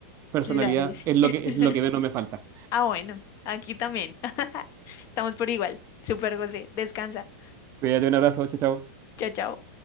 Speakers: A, on the right; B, on the left.
A: Personalidad
B: Claro que sí.
A: es lo
B: <laughs>
A: que, es lo que menos me falta.
B: Ah, bueno, aquí también. <laughs> Estamos por igual. Súper, José. Descansa.
A: Cuídate, un abrazo, chao, chao.
B: Chao, chao.